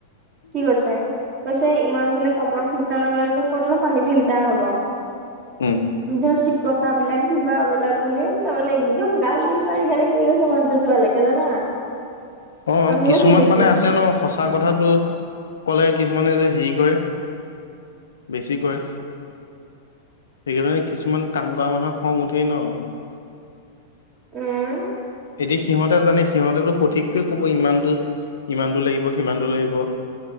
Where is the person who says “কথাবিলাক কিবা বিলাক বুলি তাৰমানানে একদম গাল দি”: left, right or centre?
Right